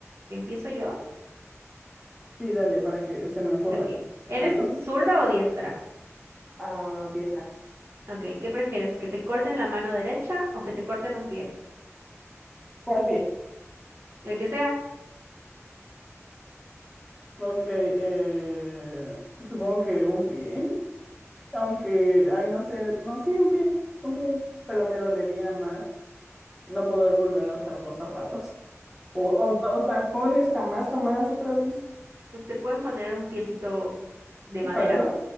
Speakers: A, on the right; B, in the centre.
A: ¿empiezo yo?
B: Sí, dale, para que se me ocurra
A: Ok, ¿eres
B: algo.
A: zurda o diestra?
B: A diestra.
A: Ok, ¿qué prefieres? ¿Que te corten la mano derecha o que te corten un pie?
B: ¿Cuál pie?
A: El que sea.
B: Ok, eh, supongo que un pie, aunque, ay, no sé, no, sí, un pie, un pie, pero me dolería más no poder volver a usar dos zapatos. <laughs> O, o, ta- o tacones, jamás, jamás, otra vez.
A: Pues te pueden poner un piecito de madera,
B: ¿Falso?